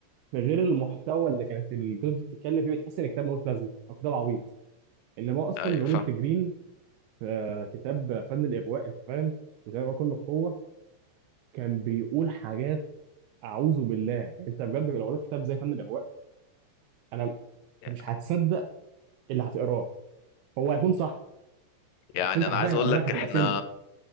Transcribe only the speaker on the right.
غير المحتوى اللي كانت الكتب دي بتتكلم فيه بتحس ان الكتاب ملوش لازمه او كتاب عبيط انما اصلا
روبرت جرين في كتاب فن الاغواء انت فاهم وتمام كله القوه كان بيقول حاجات اعوذ بالله يعني انت بجد لو قريت كتاب زي فن الاغواء انا أنت
مش هتصدق اللي هتقراه هو هيكون صح
بس انت
عارف
هيبقى
دماغك
هتبقى
سم